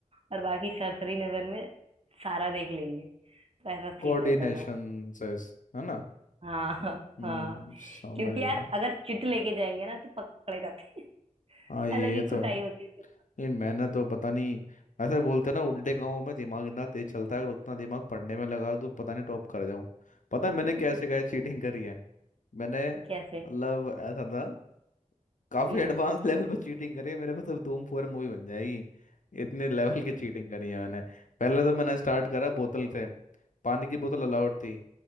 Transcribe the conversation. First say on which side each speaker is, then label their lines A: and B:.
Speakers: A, on the right (about 50°); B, on the left (about 85°).
A: और बाकी सरसरी नजर में सारा देख लेंगे तो ऐसा
B: कोऑर्डिनेशन
A: सीन रहता था
B: से है ना
A: हाँ
B: हम्म
A: हाँ
B: समझ
A: क्योंकि
B: गया
A: यार अगर चिट लेके जाएंगे ना तो पकड़े जाते हैं। <laughs>
B: हाँ ये
A: अलग ही
B: तो
A: कुटाई
B: है
A: होती थी
B: ये मैंने तो पता नहीं ऐसे बोलते हैं ना उल्टे कामों में दिमाग इतना तेज चलता है अगर उतना दिमाग पढ़ने में लगा तो पता नहीं टॉप कर जाऊं पता है
A: <laughs>
B: मैंने कैसे कैसे चीटिंग करी है मैंने
A: कैसे
B: मतलब ऐसा था काफी
A: हम्म
B: एडवांस <laughs> लेवल पर चीटिंग करी है मेरे पास अब धूम फोर मूवी बन जाएगी इतने लेवल की चीटिंग करी है मैंने पहले तो मैंने स्टार्ट करा बोतल से पानी की बोतल अलाउड थी